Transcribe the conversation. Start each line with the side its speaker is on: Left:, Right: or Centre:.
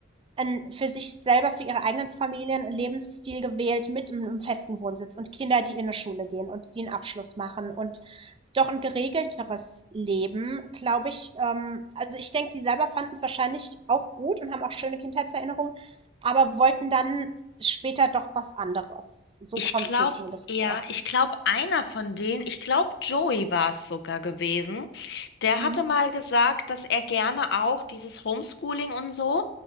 Right: ein, für sich selber, für ihre eigenen Familien einen Lebensstil gewählt mit einem, einem festen Wohnsitz und Kinder, die in eine Schule gehen und die einen Abschluss machen und doch ein geregelteres Leben, glaube ich, ähm also, ich denke, die selber fanden es wahrscheinlich auch gut und haben auch schöne Kindheitserinnerungen, aber wollten dann später doch was anderes. So
Left: ich
Right: kommt
Left: glaube,
Right: es mir zumindest
Left: ja,
Right: vor.
Left: ich glaube, einer von denen, ich glaube, Joey war es sogar gewesen, der
Right: Mhm,
Left: hatte mal gesagt, dass er gerne auch dieses Homeschooling und so,